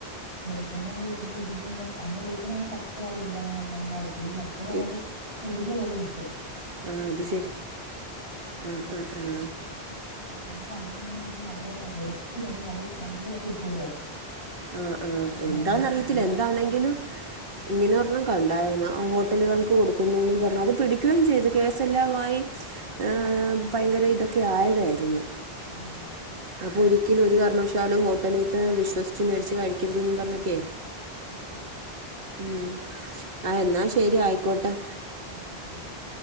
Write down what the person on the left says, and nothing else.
വെളിച്ചണ്ണ നമ്മള് ഊറ്റുമ്പ ഒരുകി ഇങ്ങനെ <unintelligible> <unintelligible> കട്ടിയാവൂലല്ല നന്നായിട്ട് ഈ മറ്റ ഞാനൊരു
കുറുകിയ പോലെ വെക്കും.
അപ്പ നമ്മള് നല്ലണ്ണ നല്ല വെളുത്ത് നല്ല നല്ലതായിട്ട് <unintelligible>
അങ്ങനെ മെഴുക്
മസാലയൊക്കെ ഉണ്ട്
ഉം.
ഉം ഉം
ഉ